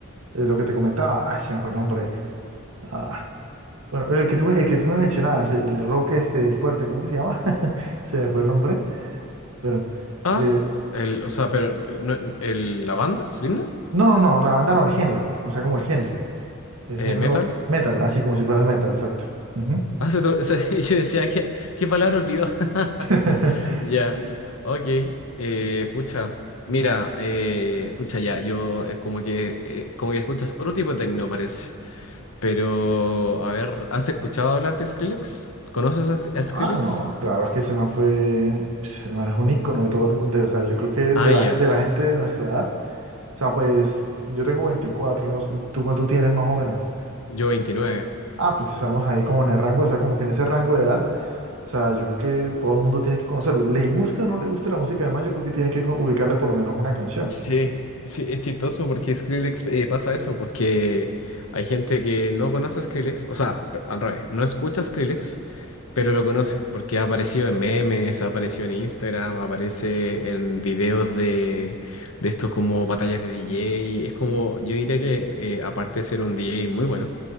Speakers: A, on the right (about 70°); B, on the left (about 75°).
A: el- lo que te comentaba, ah, se me fue el nombre. Ah, bueno, el que tú, me- el que tú me mencionabas, el rock este, el fuerte, ¿cómo que se llama? <laughs> Se me fue el nombre, pero
B: Ah,
A: eh,
B: el, o sea, pero no- el, la banda, Slipknot,
A: No, no, no, la banda no, el género, o sea, como el género, el
B: eh,
A: género
B: metal.
A: metal, así como si fuera el metal, exacto. Ujú.
B: Ah, se to- se- <laughs> yo decía, ¿qué, qué palabra olvidó? <laughs>
A: <laughs>
B: Ya,
A: Sí.
B: ok. eh, pucha, mira, eh, pucha, ya, yo es como que, eh, como que escuchas otro tipo de tecno, parece. Pero, a ver, ¿has escuchado hablar de Skrillex? ¿Conoces a, a Skrillex?
A: Ah, no, claro, es que ese man fue, pues, el man es un ícono de todo el mundo, o sea, yo creo que
B: Ah,
A: de la,
B: ya,
A: de la gente de nuestra edad, o sea, pues, yo tengo 24, no sé, ¿tú cuánto tienes más o menos?
B: yo veintinueve
A: Ah, pues estamos ahí como en el rango, o sea, como que en ese rango de edad, o sea, yo creo que todo el mundo tiene que conocerlo, le guste o no le guste la música, además yo creo que tienen que ubicarle por lo menos una canción.
B: Sí, sí, es chistoso porque Skrillex eh, pasa eso, porque hay gente que no conoce a Skrillex, o sea, pe- al revés, no escucha a Skrillex Pero lo conoce, porque ha aparecido en memes, ha aparecido en Instagram, aparece en videos de, de estos como batallas de DJ. Es como, yo diría que eh, aparte de ser un DJ muy bueno,